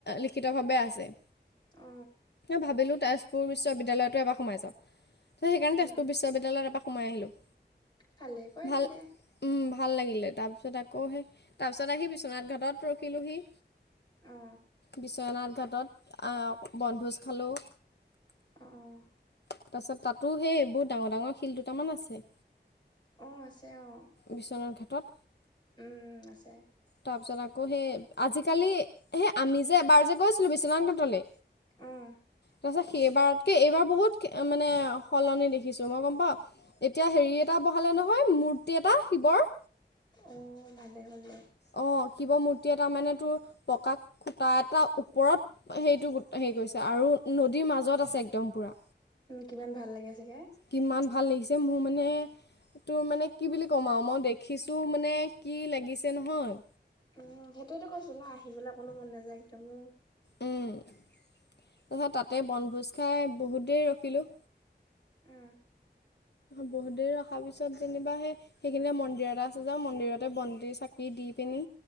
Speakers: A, on the left; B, on the left.
A: লিখিতভাৱে আছে
B: অ
A: ভাবিলোঁ তেজপুৰ বিশ্ববিদ্যালয়টো এবাৰ সোমাই যাওঁ ত' সেইকাৰণে
B: উম,
A: তেজপুৰ বিশ্ববিদ্যালয়ত এপাক সোমাই আহিলোঁ।
B: ভালে কৰিলি
A: ভাল
B: দে
A: উম, ভাল লাগিলে তাৰপিছত আকৌ সেই তাৰপিছত আহি বিশ্বনাথ ঘাটত ৰখিলোঁহি
B: অ
A: বিশ্বনাথ ঘাটত আহ বনভোজ খালোঁ।
B: অ অ
A: তাৰপাছত তাতো সেই বহুত ডাঙৰ-ডাঙৰ শিল দুটামান আছে।
B: অ আছে অ
A: বিশ্বনাথ ঘাটত
B: উম, আছে।
A: তাৰপিছত আকৌ সেই আজিকালি সেই আমি যে এবাৰ যে গৈছিলোঁ বিশ্বনাথঘাটলে
B: অ'।
A: তাৰপাছত সেইবাৰতকে এইবাৰ বহুত মানে সলনি দেখিছো মই গম পাওঁ এতিয়া হেৰি এটা বহালে নহয় মূৰ্তি এটা শিৱৰ
B: অ ভালে হ'লে দে
A: অ শিৱ মূৰ্তি এটাৰ মানে তোৰ পকা খুটা এটা ওপৰত সেইটো হেৰি কৰিছে আৰু নদীৰ মাজত আছে একদম পূৰা
B: কিমান ভাল লাগে চাগে
A: কিমান ভাল লাগিছে মোৰ মানে তোৰ মানে কি বুলি ক'ম আও মই দে খিচো মানে কি লাগিছে নহয়
B: উম সেইটোৱে টো কৈছো না আহিবলে অকনো মন নাযায় একদমো
A: উম তাৰপাছত তাতে বনভোজ খাই বহুত দেৰি ৰখিলোঁ
B: উম
A: বহুত দেৰি ৰখা পিছত যেনিবা সেই সেইখিনিতে মন্দিৰ এটা আছে যে মন্দিৰতে বন্তি চাকি দি পিনি